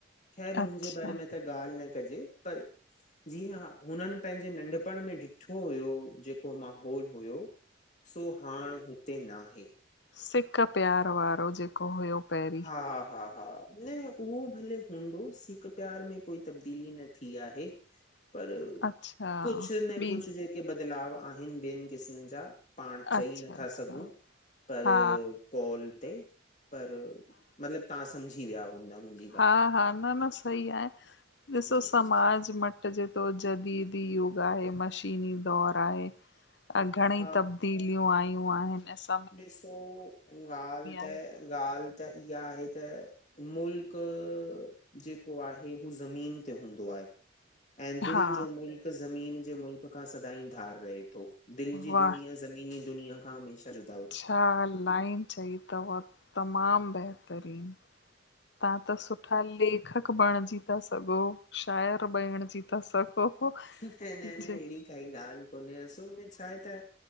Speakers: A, on the left (about 40°); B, on the left (about 65°).
A: ख़ैर हुनॼे
B: अच्छा
A: बारे में त ॻाल्ह न कॼे पर ॼीअं हा हुनन पंहिंजे नंढपण में डिढ् ठो हुयो जेको माहौल हुयो सो हांण हुते ना हे
B: सिक्क प्यार वारो हुयो ॼेको हुयो पहिरीं
A: हा-हा-हा न उहो भले हूंदो सिक-प्यार में कोई तब्दीली न थी आहे।
B: <inaudible>
A: पर
B: अच्छा
A: कुछ न
B: ॿी
A: कुछ ॼेके बदलाव आहिन ॿियन क़िस्मन ॼा पांण
B: अच्छा
A: चई नथा
B: अच्छा
A: सघूं पर
B: हा
A: कॉल ते पर मतलब तव्हां समझी विया हुन्दा मुंज्
B: हा-हा न-न सही आहे ॾिसो
A: जी
B: समाज
A: जी जी
B: मट् जेतो जदीदी युग आहे मशीनी दौर आहे अ घणेंई
A: हा
B: तब दीलियूं आयूं आहिन असां
A: ॾिसो ॻाल्ह त
B: आहे
A: ॻाल्ह त इहा आहे त मुल्क ॼेको आहे हू ज़मीन ते हूंदो आहे। ऐं दिल
B: हा
A: जो मुल्क़ ज़मीन जे मुल्क़ खां सदाईं धार रहे थो दिल ॼी
B: वाह
A: दुनिया ज़मीनी दुनिया खां हमेशह ॼु
B: छा लाइन चई तव तमाम ॿेहितरीन तहां त सुठा लेखक ॿणिंॼी ता सघो् शायर ॿणिंॼी ता सघो्। हो हो
A: न न न
B: जे
A: अहिड़ी काई ॻाल्ह कोन्हे असल में छाहे त